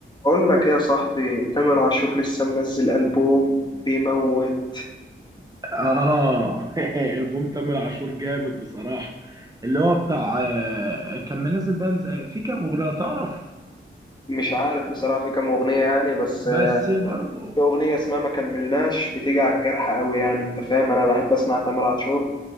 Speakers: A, on the left (about 20°); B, on the right (about 15°).
A: بقول لك ايه يا صاحبي تامر عاشور لسه منزل ألبوم بيموت
B: اه <laughs> البوم تامر عاشور جامد بصراحه اللي هو بتاع آه، كان منزل بقى نز- في كام اغنيه تعرف
A: مش عارف بصراحة في كام أغنية يعني بس
B: بس برضو
A: في أغنية اسمها ما كملناش بتيجي على الجرح قوي يعني أنت فاهم أنا بحب أسمع تامر عاشور